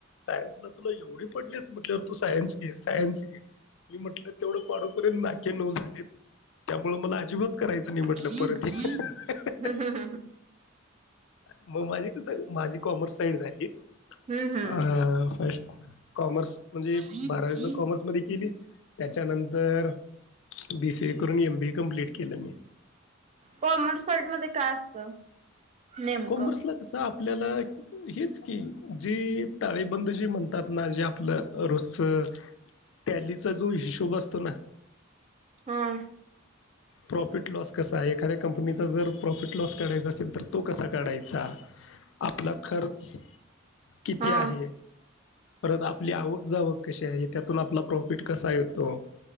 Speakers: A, on the left; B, on the right.
A: सायन्स ला तुला एवढे पडलेत म्हटवर तू सायन्स घे सायन्स घे. मी म्हटलं तेवढं पाडोपर्यंत नाके नऊ झालेत. त्यामुळ मला अजिबात करायचं नाही म्हटलं,
B: हम्म
A: परत हे.
B: हम्म
A: म माझी कस, माझी कॉमर्स साईड झालीय.
B: हम्म
A: अ फस्ट कॉमर्स म्हणजे,
B: हम्म
A: बारावी सुध्दा कॉमर्स मधी केली. त्याच्यानंतर बी सी ए करून एम बी ए कमप्लीट केलं मी.
B: कॉमर्स साईड मध्ये काय असतं? नेमकं?
A: कॉमर्सला कसं आपल्याला हेच की, जे ताळेबंद जे म्हणतात ना. जे आपलं रोजच टॅलीचा जो हिशोब असतो ना.
B: ह.
A: प्रॉफिट लॉस कसा आहे? एखाद्या कंपनीचा जर प्रॉफिट लॉस काढायचा असेल तर, तो कसा काढायचा. आपला खर्च किती
B: हा
A: आहे? परत आपली आवक जावक कशी आहे? त्यातून आपला प्रॉफिट कसा येतो?